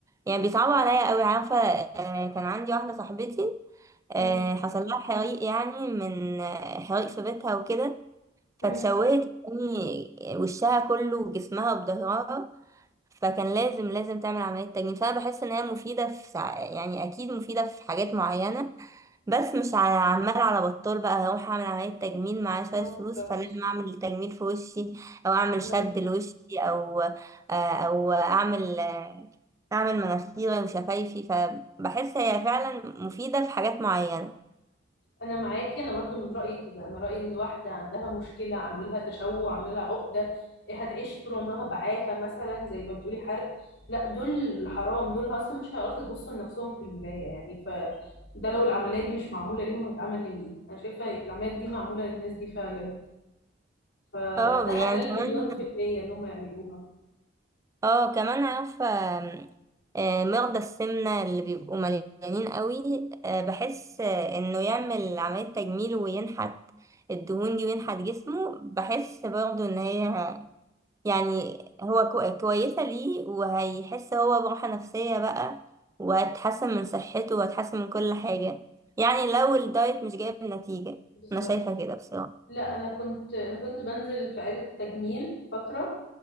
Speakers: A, on the right; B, on the left.
A: يعني بيصعبوا عليا قوي عارفة آه، كان عندي واحدة صاحبتي آه،
B: امم
A: حصل لها حريق يعني من آه، حريق في بيتها وكده فتشوهت
B: امم
A: يعني وشها كله وجسمها وظهرها فكان لازم لازم تعمل عملية تجميل فأنا بحس إن هي مفيدة في سع... يعني أكيد مفيدة في حاجات معينة بس مش على عمال على بطال بقى هروح أعمل عملية تجميل معايا شوية
B: اه
A: فلوس
B: بالظبط
A: فلازم أعمل تجميل في وشي أو أعمل
B: انا
A: شد لوشي أو آه، أو أعمل آه، أعمل مناخيري وشفايفي فبحس هي فعلا مفيدة في حاجات معينة
B: انا معاكي انا برضو من رايي كده انا رايي ان واحده عندها مشكله عامله لها تشوه عامله لها عقده إيه، هتعيش طول عمرها بعاها مثلا زي ما بتقولي حرق لا دول حرام دول اصلا مش هيعرفوا يبصوا لنفسهم في المرايه يعني ف ده لو العمليه دي مش معموله ليهم هيتعمل لمين انا شايفه العمليات دي معموله للناس دي فعلا فده
A: اه
B: حلال
A: يعني كمان
B: مليون في الميه انهم يعملوها
A: اه كمان عارفة آم، آه، مرضى السمنة اللي بيبقوا مليانين قوي آه، بحس آه، انه يعمل عملية تجميل وينحت الدهون دي وينحت جسمه بحس برضه ان هي يعني هو كو- كويسة ليه وهيحس هو براحة نفسية بقى وهتحسن من صحته وهتحسن من كل حاجة يعني لو الدايت مش جايب نتيجة
B: بالظبط
A: انا شايفة كده بصراحة
B: لا انا كنت انا كنت بنزل في عياده تجميل فتره